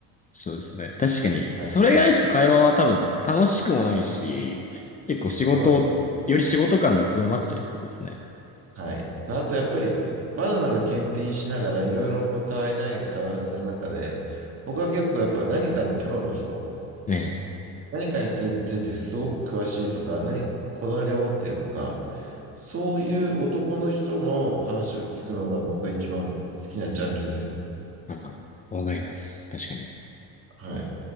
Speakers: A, on the left; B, on the right.
A: そうですね。確かに。
B: はい、
A: それがないちょっと会話は多分楽しくもないし、結構仕事、
B: そうですね。
A: より仕事感が強まっちゃいそうですね。
B: はい。であとやっぱりバナナの検品しながらいろいろこうたわいない会話する中で、僕は結構やっぱ何かのプロの人、
A: ね
B: 何かについてすごく詳しいとか、何、こだわりを持っているとか、そういう男の人の話を聞くのが僕は一番好きなジャンルですね。
A: え。ああわかります。確かに。
B: はい。